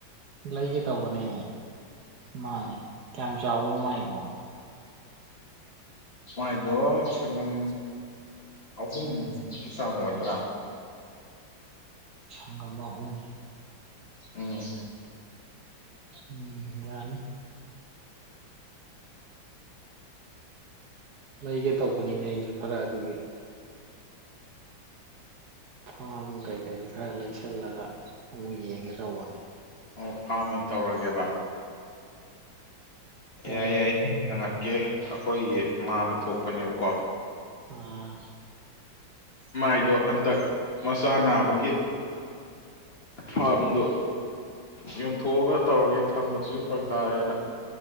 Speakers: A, on the right; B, on the left.
A: ꯂꯩꯒꯦ ꯇꯧꯕꯅꯦ ꯃꯥꯅꯦ ꯀꯌꯥꯝ ꯆꯥꯎꯕꯅꯣ ꯃꯥꯏꯗꯣ
B: ꯃꯥꯏꯗꯣ ꯁꯪꯒꯝ ꯑꯍꯨꯝ ꯃꯨꯛꯀꯤ ꯆꯥꯡ ꯑꯣꯏꯗ꯭ꯔꯥ
A: ꯁꯪꯒꯝ ꯑꯍꯨꯝ
B: ꯎꯝ
A: ꯎꯝ ꯌꯥꯅꯤ ꯂꯩꯒꯦ ꯇꯧꯕꯅꯤꯅꯦ ꯑꯩꯁꯨ ꯈꯔ ꯑꯗꯨꯒꯤ ꯐꯥꯝ ꯀꯩꯀꯩ ꯈꯔ ꯂꯩꯁꯜꯂꯒ ꯑꯃꯨꯛ ꯌꯦꯡꯒꯦ ꯇꯧꯕꯅꯤ
B: ꯑꯣ ꯐꯥꯔꯝ ꯑꯣꯏꯅ ꯇꯧꯔꯒꯦꯕ
A: ꯍꯣꯏ
B: ꯌꯥꯏ ꯌꯥꯏ ꯑꯩꯗꯤ ꯍꯪꯉꯛꯀꯦ ꯑꯩꯈꯣꯏꯒꯤ ꯃꯥꯃꯥ ꯊꯣꯛꯄꯅꯦꯕꯀꯣ
A: ꯑꯥ
B: ꯃꯥꯏꯗꯣ ꯍꯟꯇꯛ ꯃꯆꯥ ꯅꯥꯕꯒꯤ ꯐꯥꯝꯗꯣ ꯌꯣꯟꯊꯣꯛꯑꯒ ꯇꯧꯔꯒꯦ ꯊꯝꯕꯗꯨꯁꯨ ꯐꯔꯛ ꯇꯥꯔꯦꯅ